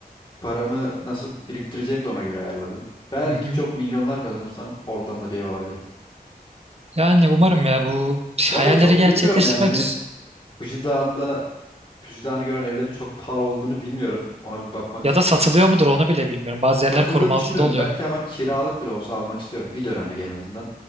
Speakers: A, on the left; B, on the right.
A: paramı nasıl biriktireceğimi de ona göre ayarladım. Belki
B: Hı hı.
A: çok milyonlar kazanırsam oradan da bir ev alabilirim.
B: Yani umarım ya bu
A: Bu
B: hayalleri
A: arada çok bilmiyorum
B: gerçekleştirmek
A: yani hani Fuji Dağı'nda Fuji Dağı'nı gören evlerin çok pahalı olduğunu bilmiyorum. Ona bir bakmak
B: Ya
A: istedim.
B: da satılıyor mudur onu bile bilmiyorum. Bazı
A: Satıldığını
B: yerler koruma
A: düşünmüyorum.
B: altında oluyor.
A: Belki ama kiralık bile olsa almak istiyorum. Bir dönemlik en azından.